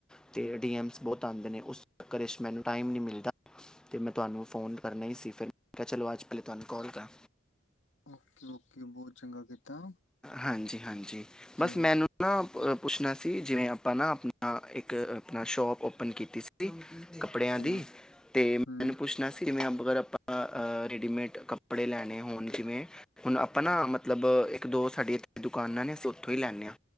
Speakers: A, in the centre; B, on the left.
A: ਅਤੇ ਡੀਐੱਮਸ ਬਹੁਤ ਆਉਂਦੇ ਨੇ ਉਸ ਕਰ ' ਮੈਨੂੰ ਟਾਈਮ ਨਹੀਂ ਮਿਲਦਾ ਅਤੇ ਮੈਂ ਤੁਹਾਨੂੰ ਫ਼ੋਨ ਕਰਨਾ ਹੀ ਸੀ ਫਿਰ ਮੈਂ ਕਿਹਾ ਚਲੋ ਅੱਜ ਪਹਿਲੇ ਤੁਹਾਨੂੰ ਕੋਲ ਕਰਾ।
B: ਓਕੇ, ਓਕੇ ਬਹੁਤ ਚੰਗਾ ਕੀਤਾ
A: ਹਾਂਜੀ, ਹਾਂਜੀ
B: ਤੇ
A: ਬਸ ਮੈਨੂੰ ਨਾ ਪੁੱਛਣਾ ਸੀ ਜਿਵੇਂ ਆਪਾਂ ਨਾ ਆਪਣਾ ਇੱਕ ਆਪਣਾ ਸ਼ੋਪ ਓਪਨ ਕੀਤੀ ਸੀ। ਕੱਪੜਿਆਂ
B: ਹਾਂਜੀ
A: ਦੀ ਤੇ ਮੈਨੂੰ
B: ਹੂੰ।
A: ਪੁੱਛਣਾ ਸੀ। ਜਿਵੇਂ ਅਗਰ ਆਪਾਂ ਰੇਡੀਮੇਡ ਕੱਪੜੇ ਲੈਣੇ ਹੋਣ ਜਿਵੇਂ। ਹੁਣ ਆਪਣਾ ਮਤ ਇੱਕ ਦੋ ਸਾਡੀਆਂ ਦੁਕਾਨਾਂ ਨੇ ਅਸੀਂ ਉੱਥੋਂ ਹੀ ਲੈਂਣੇ ਹਾਂ।